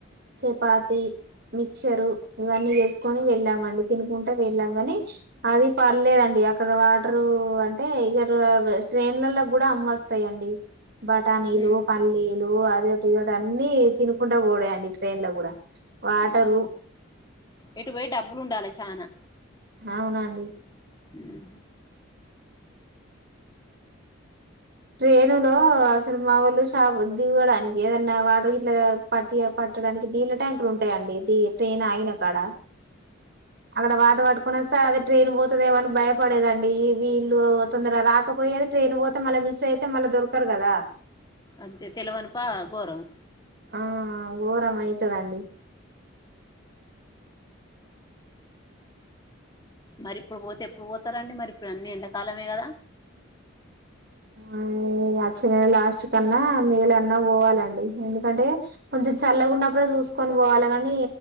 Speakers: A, on the right; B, on the left.
A: చపాతి మిక్చరు ఇవన్నీ చేసుకని వెళ్ళామండి తినుకుంట వెళ్ళాం కాని అది పర్లేదండి అక్కడ వాటరు అంటే ఇగరు ట్రైన్లలో కూడా అమ్మ వస్తాయండి బఠానీలు
B: ఉమ్
A: పల్లీలు అదే ఇదోటి అన్ని తినుకుంటా పోవుడే అండి ట్రైన్ లో కూడా వాటరు
B: మ్మ్ ఇటుపొయి డబ్బులు ఉండాలే చానా
A: అవునండి
B: ఉహు
A: ట్రేను లో అసలు మా ఊర్లో షా దువ్వడానికి ఏదన్నా వాటర్ గిట్ల పట్టి పట్ నీళ్ళ ట్యాంకులు ఉంటాయిడి ట్రైన్ అగినాక అడ అక్కడ వాటర్ పట్టు కొనస్తే అది ట్రైన్ పోతుదేమని భయపడేదండి వీళ్ళు తొందర రాకపోయిది ట్రైన్ పోతే మళ్ళీ మిస్ అయితే మళ్ళా దొరకారు కదా
B: అంతే తెలవనిపా ఘోరం
A: ఆ ఘోరం అయితాదండి
B: మరి ఇప్పుడు పోతే ఎప్పుడు పోతారండి మరి ఇప్పుడు అన్ని ఎండాకాలమే కదా
A: అ మార్చి నెల లాస్ట్ కన్నా మే లో అన్నా పోవాలండి ఎందుకంటే కొంచెం చల్లగ ఉన్నప్పుడే చూసుకొని పోవాలి కానీ